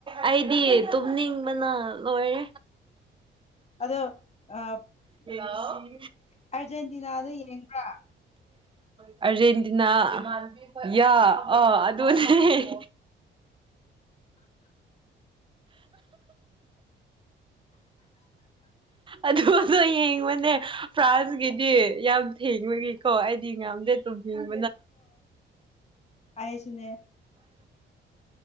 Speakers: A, on the right (about 25°); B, on the left (about 35°).
A: ꯑꯩꯗꯤ ꯇꯨꯝꯅꯤꯡꯕꯅ ꯂꯣꯏꯔꯦ
B: ꯑꯗꯣ ꯑ
A: ꯍꯂꯣ
B: ꯑꯥꯔꯖꯦꯟꯇꯤꯅꯥꯗ ꯌꯦꯡꯕ꯭ꯔꯥ
A: ꯑꯔꯖꯦꯟꯇꯤꯅꯥ ꯌꯥ ꯑꯥ ꯑꯗꯨꯅꯦ ꯑꯗꯨ ꯅ ꯌꯦꯡꯕꯅꯦ ꯐ꯭ꯔꯥꯟꯁꯀꯤꯗꯤ ꯌꯥꯝ ꯊꯦꯡꯕꯒꯤꯀꯣ ꯑꯩꯗꯤ ꯉꯝꯗꯦ ꯑꯗꯨ ꯎꯝ
B: ꯑꯌꯦꯁꯤꯅꯦ